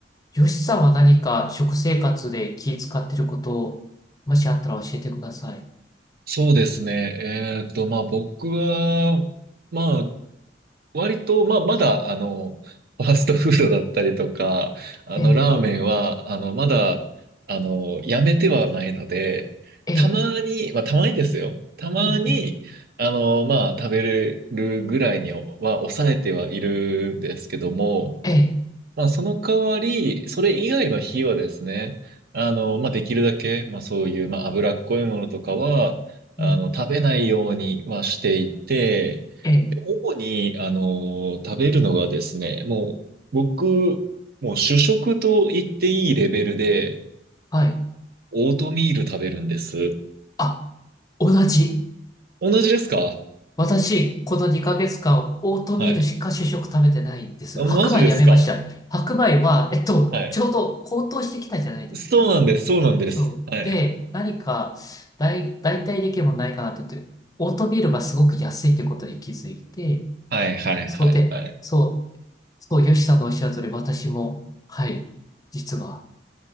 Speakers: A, on the left; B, on the right.
A: よしさんは何か食生活で気使ってることを、もしあったら教えてください。
B: そうですね。えっと、まあ僕は、まあ割と、まあ、まだ、あの、ファーストフードだったりとか、あの、
A: ええ、
B: ラーメンは、あの、まだ、あの、やめてはないので、
A: ええ、
B: たまに、まあ、たまにですよ。たまに、
A: うん、うん
B: あの、まあ、食べれるぐらいには抑えてはいるんですけども、
A: ええ、
B: まあ、その代わり、それ以外の火はですね、あの、まあ、できるだけ、まあ、そういう、まあ、脂っこいものとかは、あの、
A: うん
B: 食べないようにはしていて、
A: ええ、
B: で主に、あの、食べるのがですね、もう、僕、もう主食と言っていいレベルで、
A: はい。
B: オートミール食べるんです。
A: あ、同じ。
B: 同じですか
A: 私、この2ヶ月間、オートミールしか主食食べてないです。
B: はい。あマジですか
A: 白米やめました。白米は、えっと、
B: はい。
A: ちょうど高騰してきたじゃないですか。
B: そうなんです、そうなんです。
A: そう。
B: はい。
A: で、何か代、代替できるものないかなって言って、オートミールがすごく安いってことに気づいて、
B: はい、はい、
A: そうで、
B: はい、はい。
A: そう。そう、ヨシさんのおっしゃる通り、私も、はい、実は、